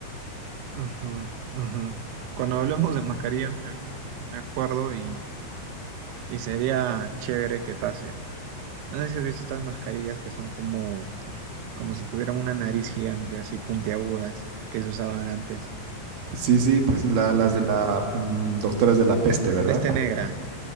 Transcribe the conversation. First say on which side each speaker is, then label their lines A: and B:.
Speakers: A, on the right; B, on the right.
A: Ujú, ujú. Cuando hablamos de mascarillas, me, me acuerdo y, y sería chévere que pase. No sé si has visto estas mascarillas que son como, como si tuvieran una nariz gigante, así puntiagudas, que se usaban antes.
B: Sí, sí, pues la- las
A: Las-
B: de la mm, doctores de la peste, ¿verdad?
A: Este negra.